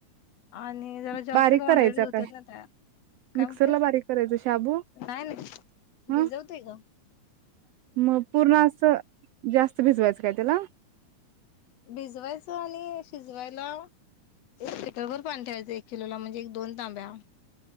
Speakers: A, on the left; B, on the right.
A: आणि जरा जास्त
B: बारीक
A: का कॉनडेटीत
B: करायचा
A: होत्यात
B: काय
A: नाही त्या. काय
B: मिक्सरला
A: म्हटलीस.
B: बारीक करायचं शाबू
A: नाही नाही
B: ह
A: भिजवतोय का?
B: मग पूर्ण असं जास्त भिजवायचं काय त्याला?
A: भिजवायचं आणि शिजवायला एक लिटर वर पाणी ठेवायचं एक किलोला म्हणजे एक दोन तांब्या.